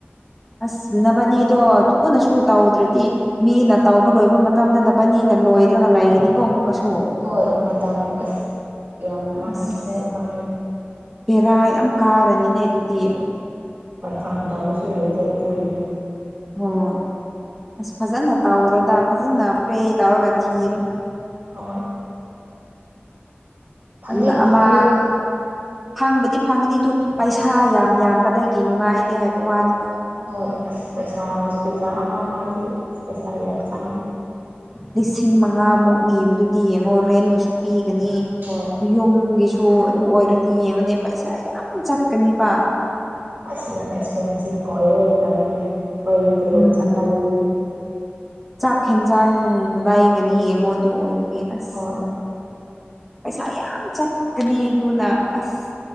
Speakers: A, in the centre; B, on the right.
A: ꯑꯁ ꯅꯕꯥꯅꯤꯗꯣ ꯊꯨꯅꯁꯨ ꯇꯧꯗ꯭ꯔꯗꯤ ꯃꯤꯅ ꯇꯧꯕ ꯂꯣꯏꯕ ꯃꯇꯝꯗ ꯅꯕꯥꯅꯤꯅ ꯂꯣꯏꯗ꯭ꯔꯒ ꯂꯩꯒꯅꯤꯀꯣ ꯑꯃꯨꯛꯀꯁꯨ
B: ꯍꯣꯏ ꯃꯇꯝ ꯑꯁ ꯌꯥꯝ ꯃꯥꯡꯍꯟꯈ꯭ꯔꯦ
A: ꯑꯁ
B: ꯏꯕꯥꯅꯤ
A: ꯕꯦꯔꯥ ꯌꯥꯝ ꯀꯥꯔꯅꯤꯅꯦ ꯑꯗꯨꯗꯤ
B: ꯀꯟꯐꯥꯝ ꯇꯧꯕꯁꯨ ꯂꯩꯇꯦ ꯑꯗꯨꯒꯤꯅꯤ
A: ꯍꯣꯏ ꯑꯁ ꯐꯖꯅ ꯇꯧꯔꯣꯗ ꯐꯖꯅ ꯄ꯭ꯔꯦ ꯇꯧꯔꯒ ꯊꯤꯔꯣ
B: ꯍꯣꯏ ꯐꯪꯗꯤ
A: ꯑꯟꯅ
B: ꯐꯪꯒꯅꯤꯗ
A: ꯑꯃ ꯐꯪꯕꯗꯤ ꯐꯪꯒꯅꯤ ꯑꯗꯨ ꯄꯩꯁꯥ ꯌꯥꯝ ꯌꯥꯝꯕꯗꯒꯤ ꯅꯨꯡꯉꯥꯏꯇꯦ ꯍꯥꯏꯕ ꯋꯥꯅꯤꯗ
B: ꯍꯣꯏ ꯑꯁ ꯄꯩꯁꯥ ꯍꯣꯁꯄꯤꯇꯥꯜ ꯑꯃ ꯑꯃꯖꯦ ꯄꯩꯁꯥ ꯌꯥꯝ ꯆꯪꯉꯦ
A: ꯂꯤꯁꯤꯡ ꯃꯉꯥꯃꯨꯛ ꯅꯤꯕꯗꯨꯗꯤ ꯌꯦꯡꯉꯣ ꯔꯦꯟꯒꯤꯁꯨ
B: ꯑꯁ
A: ꯄꯤꯒꯅꯤ
B: ꯍꯣꯏ
A: ꯌꯨꯝꯒꯤꯁꯨ ꯇꯨ ꯑꯗꯨ ꯑꯣꯏꯔꯗꯤ ꯌꯦꯡꯉꯨꯅꯦ ꯄꯩꯁꯥ ꯌꯥꯝ ꯆꯠꯀꯅꯤꯕ
B: ꯑꯁ ꯌꯥꯝ ꯑꯦꯁꯄꯦꯟꯁꯤꯚ ꯑꯣꯏꯌꯦ ꯇꯜꯂꯦ ꯑꯈꯣꯏꯒꯤ ꯇꯣꯂꯣꯞ
A: ꯎꯝ
B: ꯆꯥꯔꯅꯤ
A: ꯆꯥꯛ ꯍꯦꯟꯖꯥꯡ ꯂꯩꯒꯅꯤ ꯌꯦꯡꯉꯣ ꯑꯗꯨ ꯑꯣꯏꯕꯒꯤ ꯑꯁ
B: ꯍꯣꯏ
A: ꯄꯩꯁꯥ ꯌꯥꯝ ꯆꯠꯀꯅꯤ ꯑꯗꯨꯅ ꯑꯁ